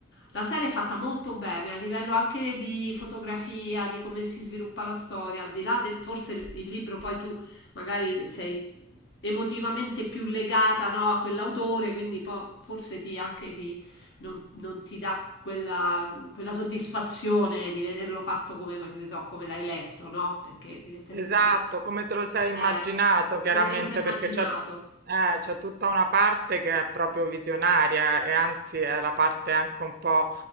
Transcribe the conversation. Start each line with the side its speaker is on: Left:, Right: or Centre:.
Left: la serie è fatta molto bene a livello anche di fotografia, di come si sviluppa la storia, al di là del forse il il libro poi tu magari sei emotivamente più legata, no, a quell'autore, quindi po- forse ti anche ti non, non ti dà quella, quella soddisfazione di vederlo fatto come, ma che ne so, come l'hai letto, no? Perché in effetti
Right: Esatto,
Left: poi, eh,
Right: come te lo sei immaginato, chiaramente,
Left: come te lo sei immaginato?
Right: perché c'è eh, c'è tutta una parte che è proprio visionaria e anzi è la parte anche un po'